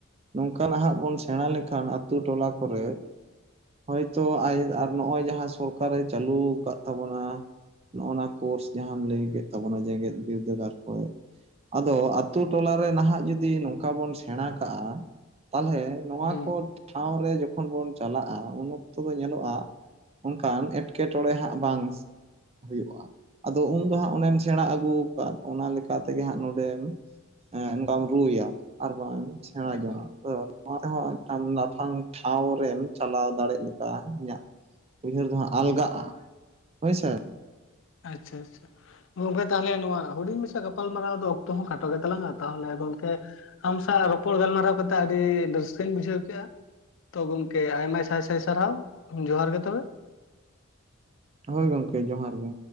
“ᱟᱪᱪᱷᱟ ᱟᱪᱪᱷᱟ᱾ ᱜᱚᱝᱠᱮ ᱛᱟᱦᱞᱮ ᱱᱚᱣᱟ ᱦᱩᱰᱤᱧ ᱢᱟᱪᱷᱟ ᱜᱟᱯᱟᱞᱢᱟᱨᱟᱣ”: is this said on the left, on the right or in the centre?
Left